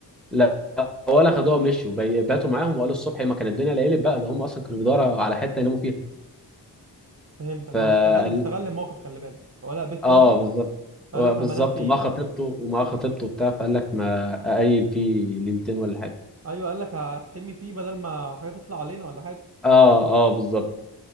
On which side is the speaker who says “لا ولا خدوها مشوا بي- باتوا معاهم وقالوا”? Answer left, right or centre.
Centre